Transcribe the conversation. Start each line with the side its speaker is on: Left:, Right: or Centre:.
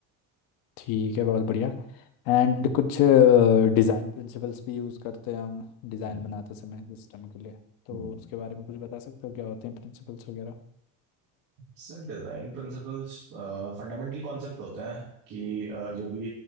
Left: ठीक है बहुत बढ़िया एंड कुछ डिज़ाइन प्रिंसिपल्स भी यूज़ करते हैं हम डिज़ाइन
Right: हाँ जी
Left: बनाते समय सिस्टम के लिए तो
Right: हम्म।
Left: उसके बारे में कुछ बता सकते हो क्या होते हैं प्रिंसिपल्स वगैरह
Right: Sir design principles fundamental concept होते हैं कि अ, जो भी